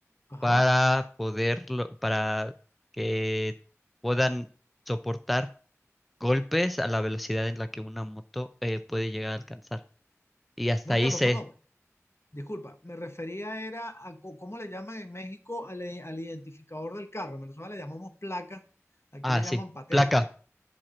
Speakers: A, on the left (about 55°); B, in the centre.
A: ajá.
B: para poderlo, para que puedan soportar golpes a la velocidad en la que una moto eh, puede llegar a alcanzar. Y hasta
A: No,
B: ahí
A: Carlos,
B: se.
A: perdón, disculpa, me refería era a co- cómo le llaman en México al, i- al identificador del carro, en Venezuela le llamamos placa. Aquí
B: Ah,
A: le llaman
B: sí,
A: patente,
B: placa.